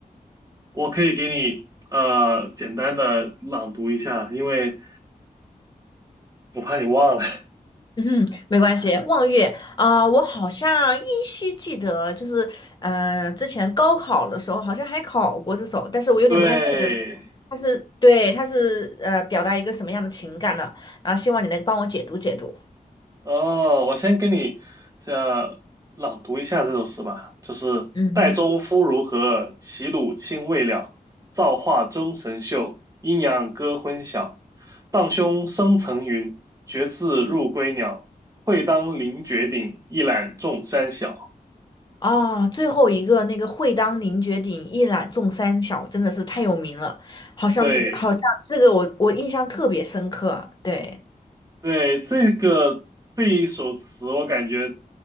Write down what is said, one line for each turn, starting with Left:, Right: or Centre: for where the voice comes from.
Right: 我可以给你呃简单的朗读一下，因为我怕你忘了。<laughs>
Left: 嗯，没关系。望月啊、呃我好像依稀记得，就是嗯、呃之前高考的时候好像还考过这首，但是我有点不太记得它，
Right: 对，
Left: 它是对，它是呃表达一个什么样的情感的。然后希望你能帮我解读解读。
Right: 哦，我先给你呃朗读一下这首诗吧，就是岱宗夫如何，
Left: 嗯嗯。
Right: 齐鲁青未了。造化钟神秀，阴阳割昏晓。荡胸生层云，决眦入归鸟。会当凌绝顶，一览众山小。
Left: 啊，最后一个那个“会当凌绝顶，一览众山小”真的是太有名了，好像好像这个我我印象特别深刻。
Right: 对，
Left: 对，
Right: 对，这个这一首词，我感觉